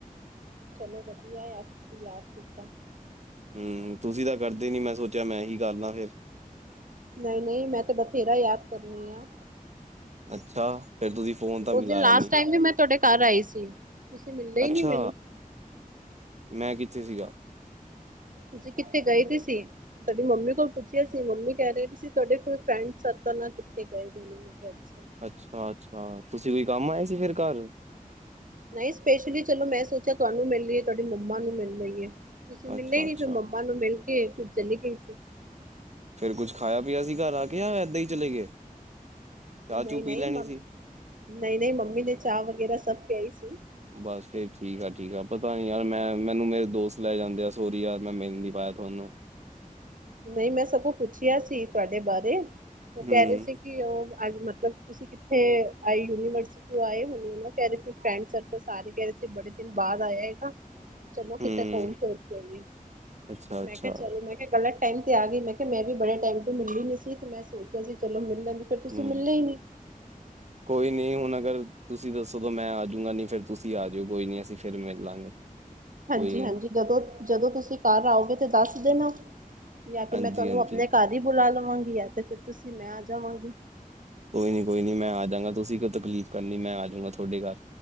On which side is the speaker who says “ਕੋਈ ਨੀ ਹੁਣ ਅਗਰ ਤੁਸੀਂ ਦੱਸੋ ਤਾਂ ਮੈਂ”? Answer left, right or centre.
Right